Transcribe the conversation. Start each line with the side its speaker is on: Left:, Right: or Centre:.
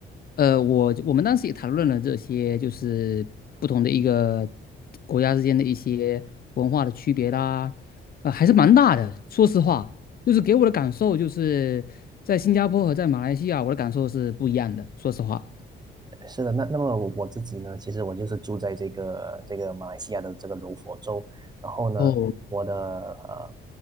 Left: 呃，我我们当时也谈论了这些，就是不同的一个国家之间的一些文化的区别啦，呃，还是蛮大的。说实话，就是给我的感受就是在新加坡和在马来西亚，我的感受是不一样的。说实话。
Right: 是的，那那么我我自己呢，其实我就是住在这个这个马来西亚的这个柔佛州，然后呢，
Left: 哦，
Right: 我的呃